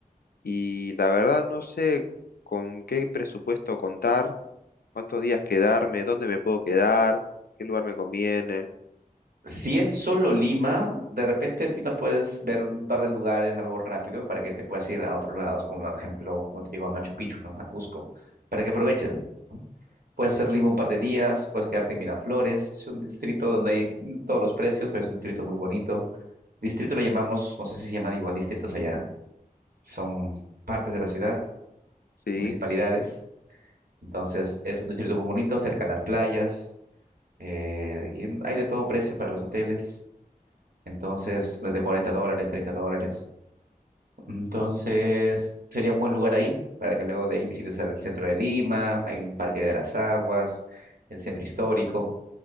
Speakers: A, on the left (about 85°); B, on the right (about 75°).
A: y la verdad no sé con qué presupuesto contar, cuántos días quedarme, dónde me puedo quedar, qué lugar me conviene,
B: Si es solo Lima, de repente en Lima puedes ver un par de lugares, algo rápido, para que te puedas ir a otros lados, como por ejemplo, como te digo, a Machu Picchu, ¿no? A Cusco, para que aproveches, ¿no? Puedes ser Lima un par de días, puedes quedarte en Miraflores, es un distrito donde hay mm, todos los precios, pero es un distrito muy bonito. Distrito lo llamamos, no sé si se llaman igual distritos allá, son partes de la ciudad,
A: ¿sí?
B: municipalidades, entonces es un distrito muy bonito, cerca a las playas, eh, y hay de todo precio para los hoteles. Entonces, desde 40 dólares, 30 dólares. Entonces, sería un buen lugar ahí para que luego de ahí visites el centro de Lima, hay un parque de las aguas, el centro histórico,